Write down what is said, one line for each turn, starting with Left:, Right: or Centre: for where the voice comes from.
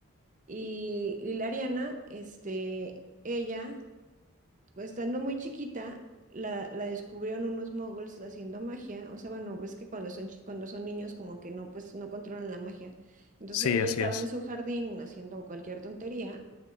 Right: Y, y la Ariana, este, ella, pues, estando muy chiquita, la, la descubrieron unos moguls haciendo magia. O sea, bueno, ves que cuando son, chi- cuando son niños, como que no, pues, no controlan la magia. Entonces,
Left: sí,
Right: ella
Left: así
Right: estaba
Left: es.
Right: en su jardín haciendo cualquier tontería